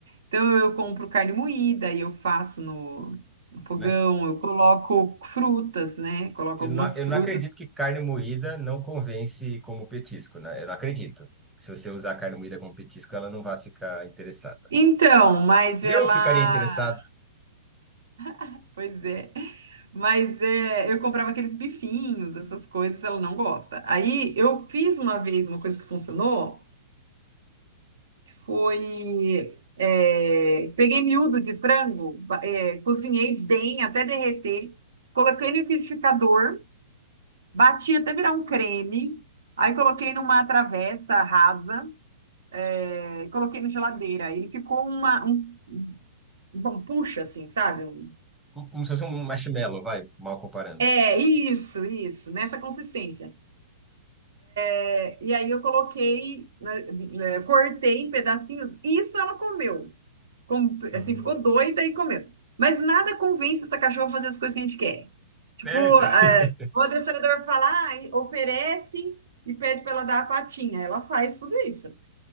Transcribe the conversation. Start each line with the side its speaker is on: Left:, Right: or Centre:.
Right: Então eu compro carne moída e eu faço no, no fogão,
Centre: Né?
Right: eu coloco frutas, né? Coloco
Centre: Eu
Right: algumas
Centre: não, eu
Right: frutas.
Centre: não acredito que carne moída não convence como petisco, né? Eu não acredito. Se você usar carne moída como petisco, ela não vai ficar interessada.
Right: Então, mas
Centre: Eu
Right: ela,
Centre: ficaria interessado.
Right: <laughs> pois é. Mas é, eu comprava aqueles bifinhos, essas coisas, ela não gosta. Aí eu fiz uma vez uma coisa que funcionou, foi é, peguei miúdo de frango, ba- é, cozinhei bem até derreter, coloquei no liquidificador. Bati até virar um creme. Aí coloquei numa
Centre: Uau.
Right: travessa rasa, é, coloquei na geladeira. Ele ficou uma, um, um puxa, assim, sabe? Um-
Centre: Como como se fosse um marshmallow, vai, mal comparando.
Right: É, isso, isso, nessa consistência. É, e aí eu coloquei, né, né, cortei em pedacinhos. Isso ela comeu. Com-
Centre: Hum.
Right: assim, ficou doida e comeu. Mas nada convence essa cachorra a fazer as coisas que a gente quer. Tipo,
Centre: É, <laughs>
Right: é, o adestrador fala, ah, oferece e pede para ela dar a patinha. Ela faz tudo isso.